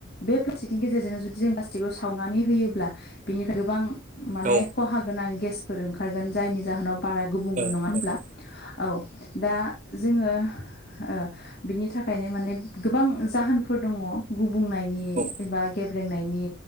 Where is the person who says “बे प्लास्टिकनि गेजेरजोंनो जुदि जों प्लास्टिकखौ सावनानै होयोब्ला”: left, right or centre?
Left